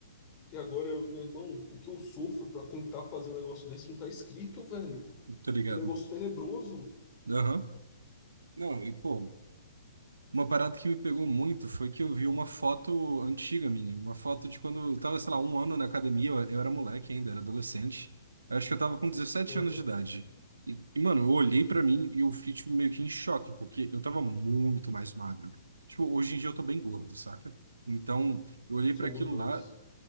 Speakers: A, on the left; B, on the right.
A: E agora, meu irmão, o que eu sofro pra tentar fazer um negócio desse não tá escrito, velho.
B: tô ligado,
A: Que negócio tenebroso.
B: aham. Não, e pô, Uma parada que me pegou muito foi que eu vi uma foto antiga minha, uma foto de quando eu tava, sei lá, um ano na academia, eu, eu era moleque ainda, era adolescente. Eu acho que eu tava com dezessete
A: Aham.
B: anos de idade. E, e, mano, eu olhei pra mim e eu fiquei, tipo, meio que em choque, porque eu tava muito mais magro. Tipo, hoje em dia eu tô bem gordo, saca? Então, eu olhei
A: Somos
B: pra aquilo
A: dois.
B: lá,